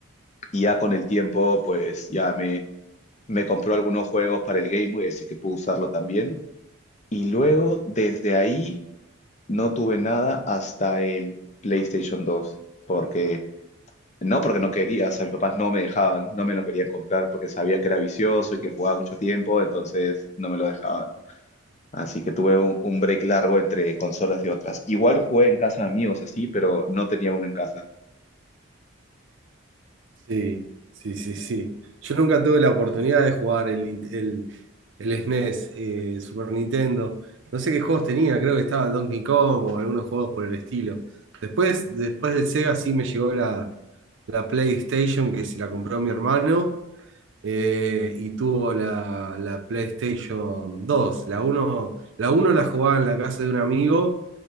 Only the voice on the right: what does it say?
Sí, sí, sí, sí. Yo nunca tuve la oportunidad de jugar el, Nin- el, el SNES, eh, Super Nintendo. No sé qué juegos tenía, creo que estaba el Donkey Kong o algunos juegos por el estilo. Después, después del Sega sí me llegó la, la PlayStation, que se la compró mi hermano, eh, y tuvo la, la PlayStation dos. La uno la uno la jugaba en la casa de un amigo